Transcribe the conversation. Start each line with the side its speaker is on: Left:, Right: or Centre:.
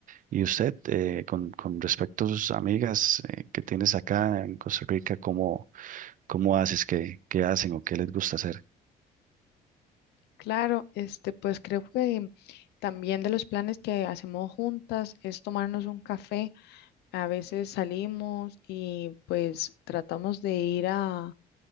Right: Y usted, eh, con, con respecto a sus amigas eh, que tienes acá en Costa Rica, ¿cómo, ¿Cómo haces? ¿Qué, qué hacen o qué les gusta hacer?
Left: Claro, este, pues creo que también de los planes que hacemos juntas es tomarnos un café. A veces salimos y pues tratamos de ir a,